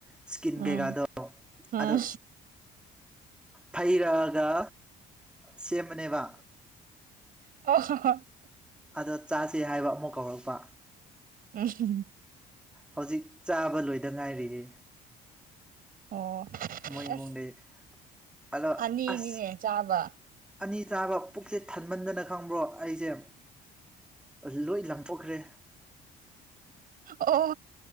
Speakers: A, in the centre; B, on the right (about 60°).
A: ꯏꯁꯀꯤꯟ
B: ꯎꯝ
A: ꯀꯩꯀꯥꯗꯣ
B: ꯎꯝ
A: ꯑꯗꯣ ꯐꯩꯔꯛꯑꯒ ꯁꯦꯝꯕꯅꯦꯕ
B: ꯑꯣ
A: ꯑꯗꯣ ꯆꯥꯁꯦ ꯍꯥꯏꯕ ꯑꯃꯨꯛ ꯀꯧꯔꯛꯄ
B: ꯎꯝ
A: ꯍꯧꯖꯤꯛ ꯆꯥꯕ ꯂꯣꯏꯗ ꯉꯥꯏꯔꯤꯌꯦ
B: ꯑꯣ
A: ꯃꯣꯏ
B: ꯑꯁ
A: ꯏꯃꯨꯡꯗꯩ ꯑꯂꯣ
B: ꯑꯅꯤꯅꯤꯅꯦ
A: ꯑꯁ
B: ꯆꯥꯕ
A: ꯑꯅꯤ ꯆꯥꯕ ꯄꯨꯛꯁꯦ ꯊꯟꯃꯟꯗꯅ ꯈꯪꯕ꯭ꯔꯣ ꯑꯩꯁꯦ ꯂꯣꯏ ꯂꯪꯊꯣꯛꯈ꯭ꯔꯦ
B: ꯑꯣ